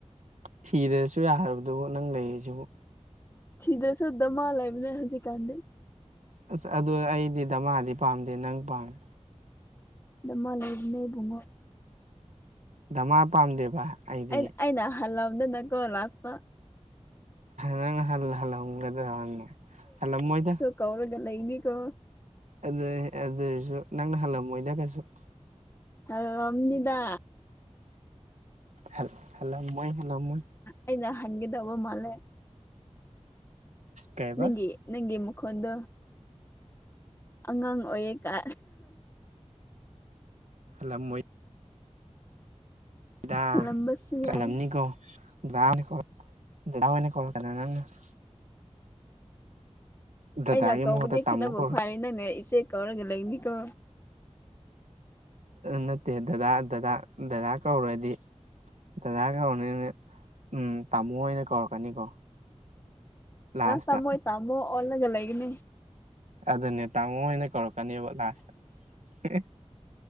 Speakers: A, on the right; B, on the left.
A: ꯊꯤꯗꯅꯁꯨ ꯌꯥꯈ꯭ꯔꯕꯗꯨꯕꯨ ꯅꯪ ꯂꯩꯔꯤꯁꯤꯕꯨ
B: ꯁꯤꯤꯗꯁꯨꯗꯃꯂ ꯂꯩꯕꯅꯦ ꯍꯧꯖꯤꯛ ꯀꯥꯟꯗ
A: ꯑꯁ ꯑꯗꯨ ꯑꯩꯗꯤ ꯗꯃꯥꯗꯤ ꯄꯥꯝꯗꯦ ꯅꯪ ꯄꯥꯝꯃꯦ
B: ꯑꯗꯨꯃ ꯂꯩ ꯑꯗꯨꯅꯕꯨꯡꯉꯣ <unintelligible>
A: ꯙꯃꯥ ꯄꯥꯝꯗꯦꯕ ꯑꯩꯗꯤ
B: ꯑꯩ ꯑꯩꯅ ꯍꯜꯂꯝꯗꯅꯥꯀꯣ ꯂꯥꯁꯇ꯭ ꯇꯥ
A: ꯅꯪ ꯍꯜ ꯍꯜꯂꯝꯒꯗ꯭ꯔꯣꯅꯦ ꯍꯜꯂꯝꯃꯣꯏꯗ
B: ꯀꯧꯔꯒꯥ ꯂꯩꯅꯤꯀꯣ
A: ꯑꯗꯨ ꯑꯗꯨꯑꯣꯏꯔꯁꯨ ꯅꯪꯅ ꯍꯜꯂꯝꯃꯣꯏꯗꯀꯩꯁꯨꯛ
B: ꯍꯜꯂꯝꯅꯤꯗ
A: ꯍꯦꯜ ꯍꯜꯂꯝꯃꯣꯏ ꯍꯜꯂꯝꯣꯏ
B: ꯑꯩꯅꯥ ꯍꯅꯒꯗꯕ ꯃꯥꯂꯦ
A: ꯀꯩꯕ
B: ꯅꯪꯒꯤ ꯅꯪꯒꯤ ꯃꯈꯣꯟꯗꯣ ꯑꯉꯥꯡ ꯑꯣꯏꯌꯦꯀ
A: ꯍꯜꯂꯝꯃꯣꯏ ꯗꯥ
B: ꯍꯜꯂꯝꯕꯁꯨ
A: ꯆꯂꯝꯅꯤꯀꯣ
B: ꯌꯥꯏ
A: ꯗꯥ-ꯗꯥ ꯑꯣꯏꯅ <unintelligible> ꯗꯗꯥꯒꯤ
B: ꯑꯩꯅ ꯀꯧꯕꯗꯤ
A: ꯃꯍꯨꯠꯇ ꯇꯥꯃꯣ
B: ꯈꯔꯕꯨ
A: ꯀꯧꯔꯁꯤ
B: ꯐꯥꯔꯦ ꯅꯪꯅ ꯏꯆꯦ ꯀꯧꯔꯒ ꯂꯩꯅꯤꯀꯣ
A: ꯅꯠꯇꯦ ꯗꯗꯥ-ꯗꯗꯥ-ꯗꯗꯥ ꯀꯧꯔꯗꯤ ꯗꯗꯥ ꯀꯧꯔꯅꯤ ꯎꯝ ꯇꯥꯃꯣ ꯑꯣꯏꯅ ꯀꯧꯔꯛꯀꯅꯤꯀꯣ ꯂꯥꯁꯇ
B: ꯂꯥꯁꯇꯥ ꯃꯣꯏ ꯇꯥꯃꯣ ꯑꯣꯜꯂꯒ ꯂꯩꯒꯅꯤ
A: ꯑꯗꯨꯅꯦ ꯇꯥꯃꯣ ꯑꯣꯏꯅ ꯀꯧꯔꯛꯀꯅꯦꯕ ꯂꯥꯁꯇ <unintelligible>